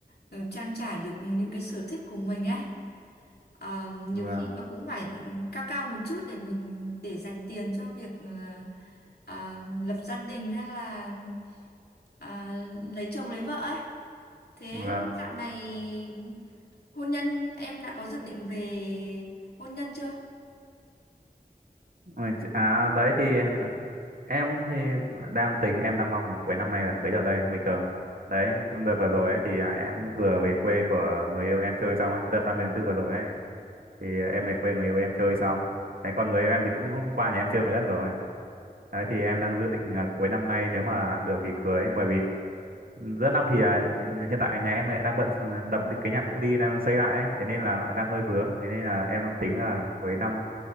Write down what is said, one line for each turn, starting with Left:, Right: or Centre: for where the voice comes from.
Left: ờ, trang trải được những cái sở thích của mình á. Ờ, nhiều
Right: vâng
Left: khi mà cũng phải cao cao một chút để mình để dành tiền cho việc ờ, ờ, lập gia đình hay là ờ, lấy chồng lấy vợ ấy. Thế
Right: vâng
Left: dạo này hôn nhân em đã có dự định về hôn nhân chưa?
Right: Ừ, chị- à đấy thì em thì đang tính em đang mong là cuối năm nay là cưới ở đây bình thường đấy đợt vừa rồi ấy, thì à, em vừa về quê của người yêu em chơi xong ấy cái đợt 30 tháng tư vừa rồi ấy thì em về quê người yêu em chơi xong đấy còn người yêu em thì cũng qua nhà em chơi mấy lần rồi đấy thì em đang dự định là cuối năm nay nếu mà được thì cưới bởi vì giữa năm thì à, hiện tại nhà em lại đang bận ừ, đập đi- cái nhà cũ đi đang xây lại ấy thế nên là nó lại đang hơi vướng thế nên là em đang tính là cuối năm